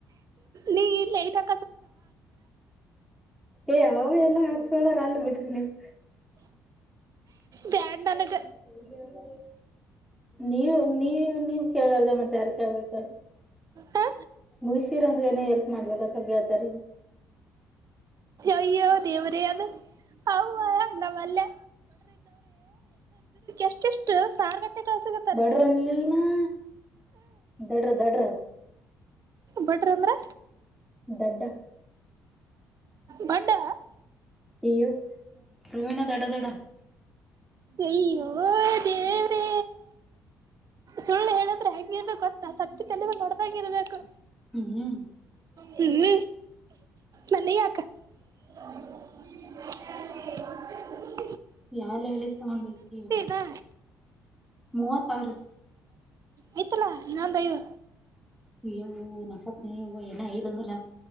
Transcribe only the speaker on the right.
ನೀ <unintelligible>
ಬ್ಯಾಡ್ ನನಗ
ಹ
ಅಯ್ಯೋ ದೇವರೇ ಅದು ಅವ್ವ ನಾ ವಲ್ಲೆ ಎಷ್ಟೆಷ್ಟು ಸಾರ್ಗಟ್ಟೆ ಕಳ್ಸಗತ್ತಾರ
ದಾಡ್ರ ಅಂದ್ರೆ
ಬಡಾ <unintelligible>
ಅಯ್ಯೋ ದೇವ್ರೇ ಸುಳ್ಳು ಹೇಳದ್ರೆ ಹೇಗಿರ್ಬೇಕು ಗೊತ್ತಾ ಸತ್ಯ ತಲೆಮೇಲೆ ಒಡದಾಗೆ ಇರ್ಬೇಕು
ಹ್ಮ ನನಿಗ್ಯಾಕ <unintelligible> <inaudible>
ನಾ
ಆಯ್ತಲ್ಲಾ ಇನೊಂದು ಐದು